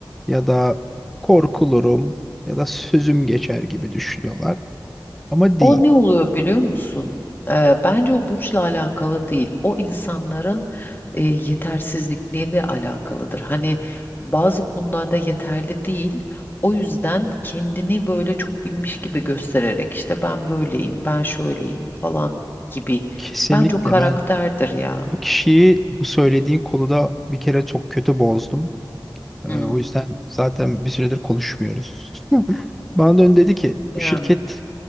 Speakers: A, in the centre; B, on the left.
A: ya da korkulurum ya da sözüm geçer gibi düşünüyorlar. Ama değil.
B: O ne oluyor biliyor musun? Eee, bence o burçla alakalı değil. O insanların eee, yetersizlikleriyle alakalıdır. Hani bazı konularda yeterli değil. O yüzden kendini böyle çok bilmiş gibi göstererek işte ben böyleyim, ben şöyleyim falan gibi.
A: Kesinlikle
B: Bence o karakterdir
A: ben
B: ya.
A: o kişiyi bu söylediğin konuda bir kere çok kötü bozdum. Ee,
B: Hmm,
A: o yüzden zaten bir süredir konuşmuyoruz. Bana dön dedi ki bu
B: Yani
A: şirket